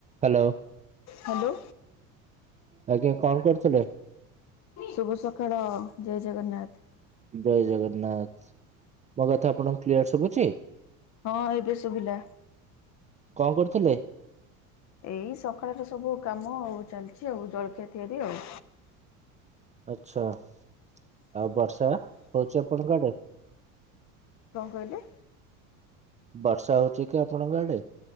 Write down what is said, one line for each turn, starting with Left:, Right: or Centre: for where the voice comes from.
Right: Hello.
Left: Hello.
Right: ଆଜ୍ଞା କଣ କରୁଥିଲେ?
Left: ଶୁଭ ସକାଳ, ଜୟ ଜଗନ୍ନାଥ।
Right: ଜୟ ଜଗନ୍ନାଥ। ମୋ କଥା ଆପଣଙ୍କୁ କ୍ଲିୟର ସଭୁଚି?
Left: ହଁ ଏବେ ଶୁଭିଲା।
Right: କଣ୍ କରୁଥିଲେ?
Left: ଏଇ ସକାଳର ସବୁ କାମ ଆଉ ଚାଲିଛି ଆଉ ଜଳଖିଆ ତିଆରି ଆଉ।
Right: ଆଚ୍ଛା ଆଉ ବର୍ଷା ହୋଉଚି ଆପଣଙ୍କ ଆଡେ?
Left: କଣ କହିଲେ?
Right: ବର୍ଷା ହୋଉଚି କି ଆପଣଙ୍କ ଆଡେ?